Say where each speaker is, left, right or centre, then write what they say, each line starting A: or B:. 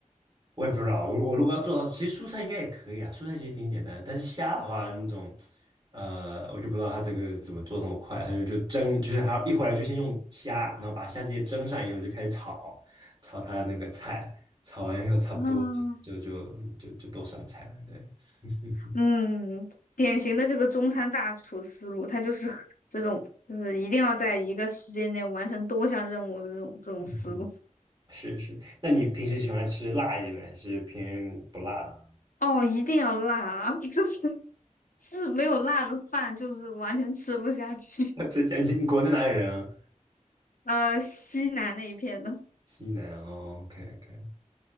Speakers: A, on the right; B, on the left.
A: 我也不知道，我我如果要做到，其实蔬菜应该也可以啊，蔬菜其实挺简单的，但是虾的话那种，呃，我就不知道它这个怎么做那么快，它就就蒸，就是它一回来就先用虾，然后把虾直接蒸上以后就开始炒，炒它的那个菜，炒完以后差不多就就就就都上菜了，
B: 嗯
A: 对，<laughs>
B: 嗯，典型的这个中餐大厨思路，它就是 <laughs> 这种，就是一定要在一个时间内完成多项任务的这种这种思路。
A: 嗯哼，是是，那你平时喜欢吃辣一点的，还是偏不辣的？
B: 哦，一定要辣啊，<laughs> 就是是没有辣的饭，就是完全吃不下去。
A: <laughs> 那浙江，你你国内哪里人啊？
B: 呃，西南那一片的，
A: 西南哦，OK OK，